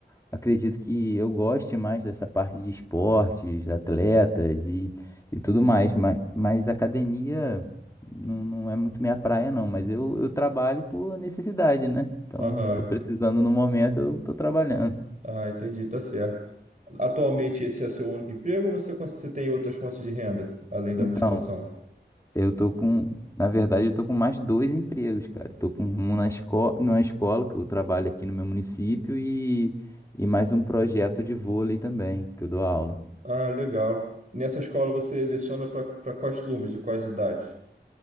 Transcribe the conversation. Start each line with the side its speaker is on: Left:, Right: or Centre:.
Left: Acredito que eu goste mais dessa parte de esportes, atletas e, e tudo mais, mas, mas academia não, não é muito minha praia, não. Mas eu, eu trabalho por necessidade, né? Então,
Right: Aham,
Left: eu tô precisando no momento, eu tô trabalhando.
Right: Ah, entendi, tá certo. Atualmente esse é seu único emprego ou você, cons- você tem outras fontes de renda, além da
Left: Então,
Right: musculação?
Left: eu tô com, na verdade, eu tô com mais dois empregos, cara. Eu Tô com um na escola, numa escola que eu trabalho aqui no meu município e, e mais um projeto de vôlei também, que eu dou aula.
Right: Ah, legal. Nessa escola você leciona para quais turmas, de quais idades?